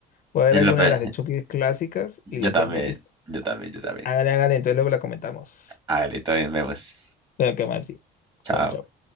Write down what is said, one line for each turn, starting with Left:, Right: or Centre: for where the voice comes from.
Left: Voy a ver
Right: y
Left: alguna
Right: lo pe-
Left: de las de Chucky clásicas
Right: yo
Left: y le
Right: también,
Left: cuento, listo.
Right: yo también, yo también.
Left: Hágale, hágale, entonces luego la comentamos.
Right: Hágale, todavía vemos.
Left: Pero qué más, sí.
Right: Chao.
Left: Chao, chao.